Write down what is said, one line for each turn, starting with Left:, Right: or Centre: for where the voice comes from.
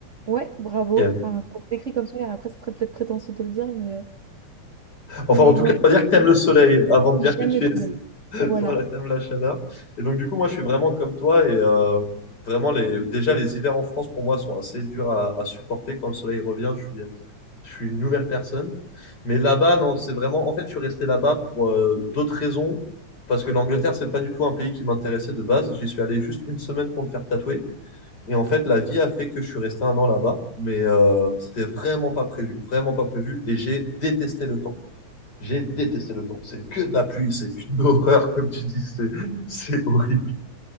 Right: Ouais, bravo.
Left: Qui aime.
Right: Enfin, on décrit comme ça, après ce serait peut-être prétentieux de le dire, mais euh,
Left: Enfin,
Right: mais
Left: en tout
Right: ouais,
Left: cas, on va dire que t'aimes le soleil avant de
Right: oui
Left: dire
Right: j'aime
Left: que tu
Right: le soleil.
Left: es. <laughs>
Right: Voilà.
Left: Voilà, t'aimes la chaleur. Et donc du coup, moi, je suis vraiment comme toi et euh, vraiment les. Déjà, les hivers en France pour moi sont assez durs à, à supporter quand le soleil revient. Je suis je suis une nouvelle personne. Mais là-bas, non, c'est vraiment. En fait, je suis resté là-bas pour euh, d'autres raisons. Parce que l'Angleterre, c'est pas du tout un pays qui m'intéressait de base. J'y suis allé juste une semaine pour me faire tatouer. Et en fait, la vie a fait que je suis resté un an là-bas. Mais euh, c'était vraiment pas prévu. Vraiment pas prévu. Et j'ai détesté le temps. J'ai détesté le temps. C'est que de la pluie. C'est une <laughs> horreur, comme tu dis. C'est c'est horrible.